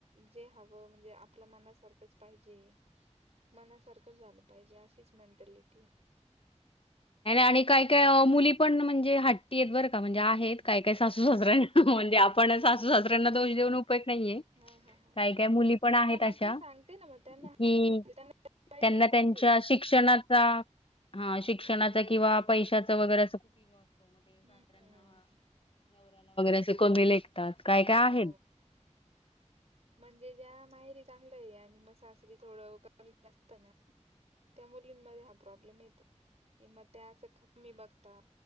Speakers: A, on the right; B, on the left.
A: जे हवं म्हणजे आपल्या मनासारखं मनासारखं पाहिजे मनासारखं झालं पाहिजे अशीच मेंटलिटी
B: आणि काय काय मुली पण म्हणजे ह ी आहेत बरं का म्हणजे आहेत
A: हम्म
B: काय
A: हम्म
B: काय सासू सासऱ्यां म्हणजे आपण
A: ह
B: सासू सासऱ्यांना
A: ह
B: दोष देऊन उपयोग नाहीये
A: ह ह ह
B: काही काय मुली पण आहेत
A: हा मग
B: अशा
A: ते सांगते ना मग त्यांना
B: कि
A: त्यांना पाहिजे
B: त्यांना
A: ते पाहिजेच
B: त्यांच्या शिक्षणाचा हा शिक्षण
A: हो
B: प वप असतो वगैरे
A: हम्म
B: अस कमी लेतात काय काय आहे
A: हो म्हणजे त्या माहेरी चांगलं आहे आणि मग सासरी थोडं कमी जास्त ना त्या मुलींमध्ये हा प्रॉब्लेम येतो कि मवा ते असं कमी बघतात